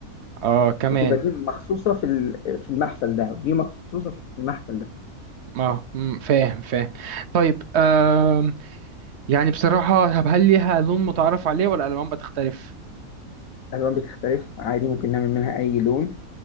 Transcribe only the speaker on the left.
بتبقى دي مخصوصة في ال- في المحفل ده ودي مخصوصة في المحفل ده
الألوان بتختلف عادي ممكن نعمل منها أي لون